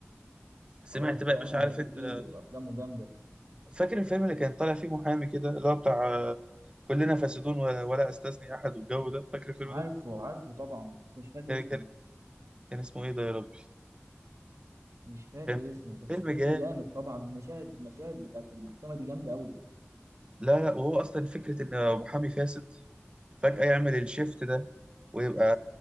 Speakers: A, on the right; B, on the right.
A: سمعت
B: اه
A: بقى
B: لا
A: مش
B: احمد
A: عارف
B: زكي
A: أنت
B: تقيل وافلامه جامدة
A: فاكر الفيلم اللي كان طالع فيه محامي كده اللي هو بتاع آه، كلنا فاسدون و- ولا استثني أحد والجو ده فاكر الفيلم
B: عارفه
A: ده؟
B: عارفه طبعا بس مش فاكر
A: كان
B: اسمه
A: كان كان اسمه إيه ده يا ربي؟
B: مش فاكر
A: كان
B: اسمه بس
A: فيلم
B: فيلم
A: جامد
B: جامد طبعا مشاهد مشاهد بتاعت المحكمة دي جامدة أوي
A: لا لا وهو اصلا فكره ان محامي فاسد فجاه يعمل الشيفت ده ويبقى